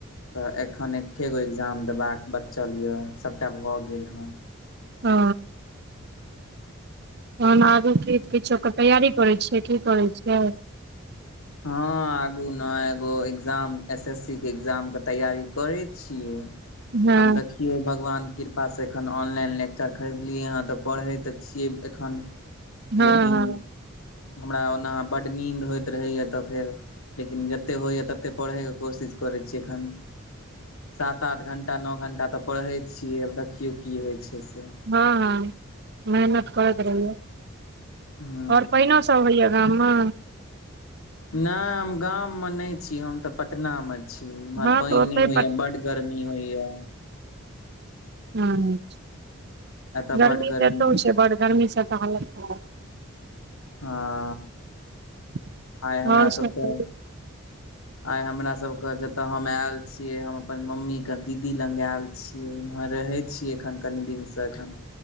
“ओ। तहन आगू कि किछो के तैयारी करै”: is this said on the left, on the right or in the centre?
Right